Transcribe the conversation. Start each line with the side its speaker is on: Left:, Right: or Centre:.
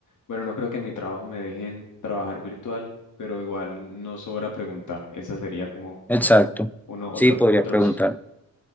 Left: bueno, no creo que en mi trabajo me dejen trabajar virtual, pero igual no sobra preguntar, esa sería como
Centre: Exacto.
Left: una otra,
Centre: Sí, podrías
Left: otra
Centre: preguntar.
Left: opción.